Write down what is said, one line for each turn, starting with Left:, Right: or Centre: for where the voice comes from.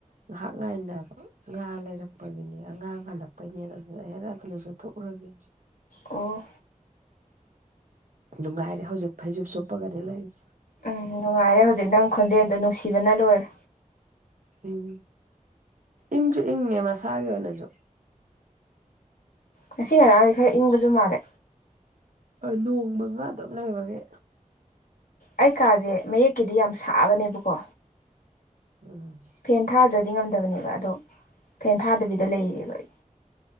Right: ꯉꯥꯍꯥꯛ ꯉꯥꯏꯅꯕ ꯉꯥ ꯂꯩꯔꯛꯄꯒꯤꯅꯦ ꯑꯉꯥꯡ ꯉꯜꯂꯛꯄꯩꯅꯦꯅ ꯑꯗꯨꯅ ꯍꯦꯔꯥ ꯑꯗ ꯂꯨꯖꯊꯣꯛ ꯎꯔꯒꯦ
Left: ꯑꯣ
Right: ꯅꯨꯡꯉꯥꯏꯔꯦ ꯍꯧꯖꯤꯛ ꯐꯩꯖꯨꯞ ꯁꯨꯞꯄꯒꯅꯦ ꯂꯩꯔꯤꯁꯦ
Left: ꯎꯝ ꯅꯨꯡꯉꯥꯏꯔꯦ ꯍꯧꯖꯤꯛ ꯅꯪ ꯈꯣꯟꯖꯦꯟꯗꯣ ꯅꯨꯡꯁꯤꯕꯅ ꯂꯣꯏꯔꯦ
Right: ꯎꯝ ꯏꯪꯖꯨ ꯏꯪꯉꯦ ꯃꯁꯥꯒꯤ ꯑꯣꯏꯅꯁꯨ
Left: ꯉꯁꯤ ꯉꯔꯥꯡꯖꯦ ꯈꯔ ꯏꯪꯕꯖꯨ ꯃꯥꯜꯂꯦ
Right: ꯅꯣꯡ ꯃꯪꯉꯥ ꯑꯗꯨꯝ ꯂꯩꯕꯒꯤ
Left: ꯑꯩ ꯀꯥꯖꯦ ꯃꯌꯦꯛꯀꯤꯗꯤ ꯌꯥꯝ ꯁꯥꯕꯅꯦꯕꯀꯣ
Right: ꯎꯝ
Left: ꯐꯦꯟ ꯊꯥꯗ꯭ꯔꯗꯤ ꯉꯝꯗꯕꯅꯦꯕ ꯑꯗꯣ ꯐꯦꯟ ꯊꯥꯗꯕꯤꯗ ꯂꯩꯌꯦꯕ ꯑꯩ